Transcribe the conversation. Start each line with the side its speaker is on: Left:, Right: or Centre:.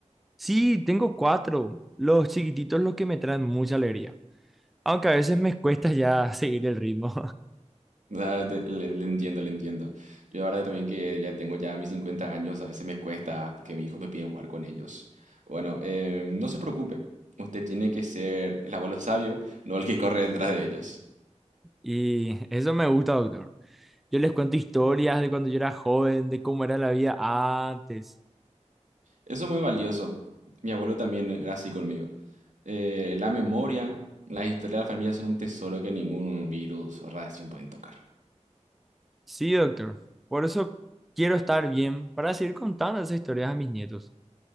Centre: Sí, tengo cuatro, los chiquititos los que me traen mucha alegría. Aunque a veces me cuesta ya <laughs> seguir el ritmo.
Right: Ah, te- le, le entiendo, le entiendo. Yo ahora también que ya tengo ya mis 50 años, a veces me cuesta porque mis hijos me piden jugar con ellos. Bueno, eh, no se preocupe. Usted tiene que ser el abuelo sabio, no el que corre detrás de ellos.
Centre: <laughs> Y eso me gusta, doctor. Yo les cuento historias de cuando yo era joven, de cómo era la vida antes.
Right: Eso es muy valioso. Mi abuelo también era así conmigo. Eh, la memoria, la historia de la familia son un tesoro que ningún virus o radiación pueden tocar.
Centre: Sí, doctor. Por eso quiero estar bien para seguir contando esas historias a mis nietos.